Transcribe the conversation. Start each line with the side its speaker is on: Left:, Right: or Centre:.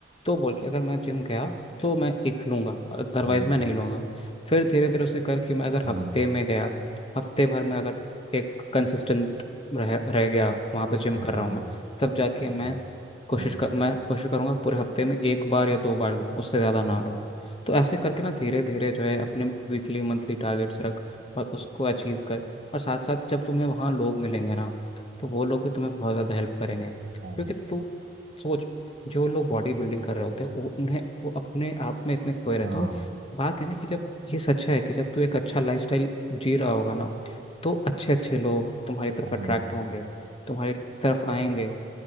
Left: तो बोल के अगर मैं जिम गया तो मैं एक लूँगा अदरवाइज
Right: हम्म
Left: मैं नहीं लूँगा फिर धीरे धीरे उसे करके मैं अगर
Right: हम्म
Left: हफ्ते में गया हफ्ते भर में अगर एक कंसिस्टेंट रह रह गया वहाँ पर जिम कर
Right: हम्म,
Left: रहा हूँ मैं तब जाके
Right: हम्म,
Left: मैं कोशिश
Right: हाँ
Left: कर मैं कोशिश करूँगा पूरे हफ्ते में एक बार या दो बार लूँ उससे ज़्यादा ना लूँ तो ऐसे करके ना धीरे धीरे जो है अपने वीकली मंथली टारगेट्स रख और उसको अचीव कर और साथ साथ जब तुम्हें वहाँ लोग मिलेंगे ना तो वो लोग भी तुम्हें बहुत ज़्यादा हेल्प करेंगे क्योंकि
Right: हाँ
Left: तू सोच जो लोग बॉडी बिल्डिंग कर रहे होते हैं वो उन्हें वो अपने आप में इतने खोए रहते
Right: हाँ
Left: हैं और बात है ना कि जब ये सच है कि जब तू एक अच्छा लाइफस्टाइल जी रहा होगा ना तो अच्छे अच्छे लोग तुम्हारी तरफ
Right: हम्म,
Left: अट्रैक्ट होंगे तुम्हारी तरफ आएंगे